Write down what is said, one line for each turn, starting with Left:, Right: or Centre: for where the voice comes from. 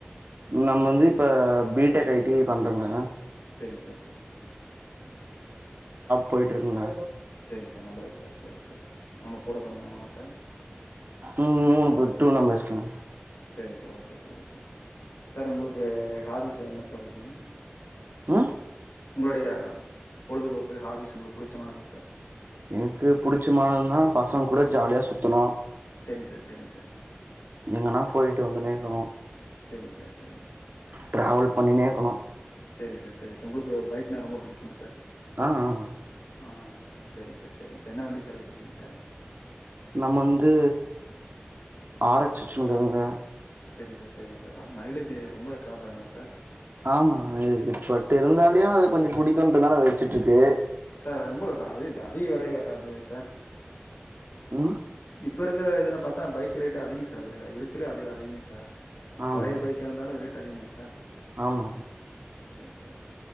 Right: நம்ம வந்து இப்ப பிடெக் ஐ டி பண்றங்க
Left: சரிங்க சார் சரிங்க சார்
Right: போய்ட்ருக்கிங்க
Left: சரிங்க சார் நல்லது சார் சரி சார் நம்ம கூட பொறந்தவங்களா சார்
Right: ம் மூணு பேர் டூ தங்கச்சிங்க
Left: சரி sir okay sir okay sir sir உங்களுக்கு ஹாபி சார் என்ன சார் இருக்குது
Right: ஆ
Left: உங்களுடைய பொழுதுபோக்கு ஹாபிஸ் உங்களுக்கு புடிச்சமானது சார்
Right: எனக்கு புடிச்சமானது தா பசங்க கூட ஜாலியா சுத்தணு
Left: சரி சார் சரிங்க சார்
Right: எங்கன்னா போயிட்டு வந்துனேக்கணு
Left: சரிங்க சார் சரி
Right: டிராவல் பண்ணினே இருக்கணு
Left: சரிங்க சார் சரி சார் உங்களுக்கு பைக்னா ரொம்ப புடிக்குமா சார்
Right: ஆ ஆ
Left: ஆ சரிங்க சார் சரிங்க சார் என்ன வண்டி சார் வச்சுருக்கீங்க சார்
Right: நம்ம வந்து ஆர் ஹச் டூங்க
Left: சரிங்க சார் சரிங்க சார் அது மைலேஜு ரொம்ப ட்ராப் ஆகுமே சார்
Right: ஆமா பட் இருந்தாலியு அது கொஞ்ச புடிக்கும்ன்றனால அத வச்சுட்ருக்கு
Left: சார் ரொம்ப அது அதிக விலைய வராது சார்
Right: <unintelligible>
Left: இப்போ இருக்கிற இதில பாத்தா பைக் ரேட்டு அதிக சார் அதில இருக்குலையே அது அதிக சார்
Right: ஆமா
Left: பழைய பைக்கா இருந்தாலு ரேட் அதிகமே சார்
Right: ஆமா
Left: சரி சரி